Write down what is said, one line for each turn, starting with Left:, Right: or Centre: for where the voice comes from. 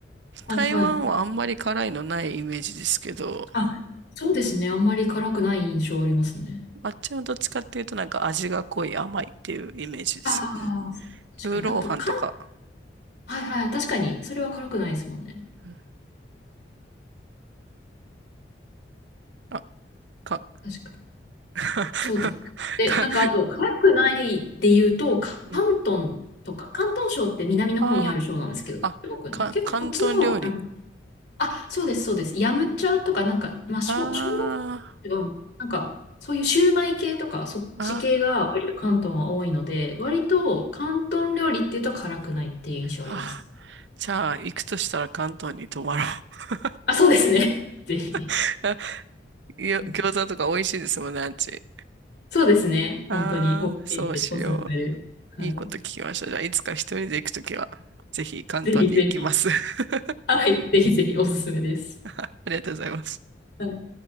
Left: はいはい。
Right: 台湾はあんまり辛いのないイメージですけど、
Left: あ、そうですね。あんまり辛くない印象ありますね。
Right: あっちもどっちかっていうとなんか味が濃い甘いっていうイメージですよね。
Left: ああ、確かに。
Right: ルーローハンとか、
Left: あと、かん、はいはい。確かに。それは辛くないですもんね。
Right: うんあ、か、
Left: 確かに。
Right: <laughs>
Left: そうです。で、
Right: か、
Left: なんかあと、辛くないで言うと、か広東とか、
Right: うん
Left: 広東省って南の方にある省なんですけど、
Right: ああ、あ、
Left: 中国の。
Right: か、
Left: 結構そっちの方は辛く
Right: 広東料理。
Left: あ、そうです、そうです。ヤムチャとか、なんか、まあ、小、
Right: あ
Left: 小籠包は違うのかな。なんか、そういうシューマイ系とか、そっち系が割と広東は多いので、
Right: あ、あ
Left: 割と広東料理っていうと辛くないっていう印象ありますね
Right: ーあー、じゃあ、行くとしたら関東に泊まろう。
Left: あ、そうですね。<laughs> ぜひ。
Right: <laughs> よ餃子とか美味しいですもんね、
Left: うん
Right: あっち。
Left: そうですね。
Right: ああ、
Left: 本当に、OK
Right: そうしよ
Left: でおすすめです。
Right: う。
Left: はい。
Right: いいこと聞きました。じゃあ、いつか一人で行くときは、ぜひ関東に行きます。
Left: ぜひぜひ。
Right: <laughs>
Left: はい。ぜひぜひ、おすすめです。
Right: ありがとうございます。
Left: はい。